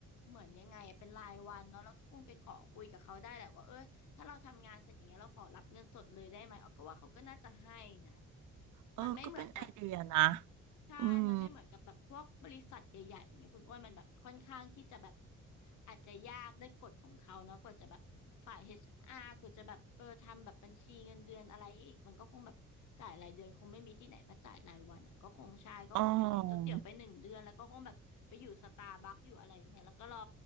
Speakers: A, on the left; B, on the right.
A: เหมือนยังไงอะเป็นรายวันเนาะแล้วก็คงไปขอคุยกับเขาได้แหละว่าเออ ถ้าเราทำงานเสร็จอย่างเงี้ยเราขอรับเงินสดเลยได้ไหมออกก็ว่าเขาก็น่าจะให้นะ
B: เออก็เป็นไอเดียนะ
A: มันไม่เหมือนแบบใช่มันไม่เหมือนกับแบบพวกบริษัทใหญ่ๆอย่างเงี้ยคุณอ้วนมันแบบค่อนข้างที่จะแบบ
B: อืม
A: อาจจะยากด้วยกฎของเขาเนาะกว่าจะแบบฝ่าย HR กว่าจะแบบเออทำแบบบัญชีเงินเดือนอะไรให้อีกมันก็คงแบบจ่ายรายเดือนคงไม่มีที่ไหนมาจ่ายรายวันอ่ะก็คงใช่ก็คงอยู่กับโต๊ะเตี๋ยวไปหนึ่งเดือนแล้วก็คงแบบไปอยู่สตาร์บัคอยู่อะไรอย่างเงี้ยแล้วก็รอ
B: อ๋อ